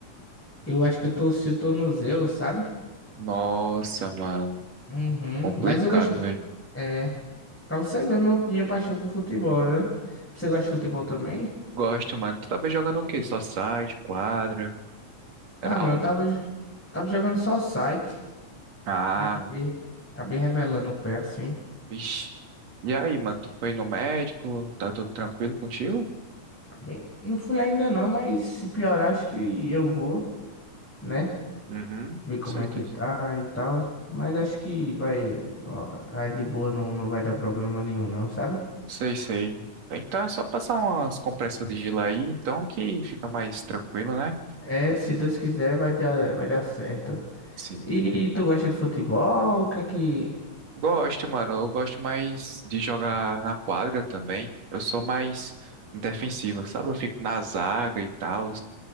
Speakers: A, in the centre; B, on the right (about 60°).
A: eu acho que eu torci o tornozelo, sabe?
B: Nossa, mano,
A: Uhum.
B: complicado,
A: Mas eu gosto.
B: velho.
A: É, pra você ver meu, minha paixão por futebol, né? Você gosta de futebol também?
B: Gosto, mano. Tu tava jogando o quê? Só site, quadra? Era
A: Ah, mano,
B: onde?
A: eu tava, tava jogando só site.
B: Ah,
A: Acabei, acabei revelando o pé assim.
B: vixi. E aí, mano, tu foi no médico? Tá tudo tranquilo contigo?
A: Bem, Não fui ainda não, mas se piorar, acho que eu vou, né?
B: Uhum, com
A: Ver como
B: certeza.
A: é que tá e tal. Mas acho que vai, ó, aí de boa não, não vai dar problema nenhum, não, sabe?
B: Sei, sei. Então é só passar umas compressas de gelo aí, então que fica mais tranquilo, né?
A: É, se Deus quiser, vai dar, vai dar certo.
B: Sim.
A: E tu gosta de futebol? O que é que.
B: Gosto, mano. Eu gosto mais de jogar na quadra também. Eu sou mais defensivo, sabe? Eu fico na zaga e tal.